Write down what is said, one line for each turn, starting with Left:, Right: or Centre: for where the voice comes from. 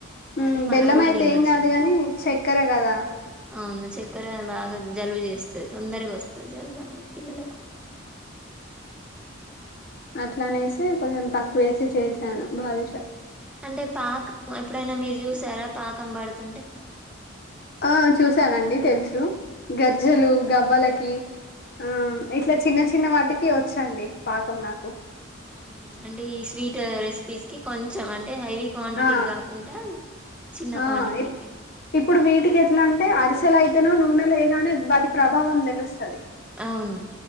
Left: ఉమ్
Centre: అదే మనం
Left: బెల్లం
Centre: గూడా
Left: అయితే
Centre: తినొచ్చు
Left: ఏం కాదు గానీ చక్కెర కదా
Centre: అవును చక్కెర బాగా జలుబు చేస్తది తొందరగా వస్తది జలుబు అనేది పిల్లలకు
Left: అట్లానేసే కొంచెం తక్కువ వేసే చేసాను బాదూషా
Centre: అంటే పాక ఎప్పుడైనా మీరు చూసారా పాకం పడుతుంటే
Left: ఆ చూశానండి తెలుసు గజ్జెలు
Centre: ఉమ్
Left: గవ్వలకి ఆ ఇట్లా చిన్న చిన్న వాటికి వచ్చండి పాకం నాకు
Centre: ఉమ్ అంటే ఈ స్వీట్ రెసిపీస్ కి కొంచెం అంటే హైవీ క్వాంటిటీకి
Left: ఆ ఆ
Centre: కాకుంటా చిన్న
Left: ఆ,
Centre: క్వాంటిటీకి
Left: ఇప్పుడు వీటికి ఎట్లా అంటే అరిసెల అయితేనో నూనెల ఎయ్యగానే వాటి ప్రభావం తెలుస్తాది
Centre: అవును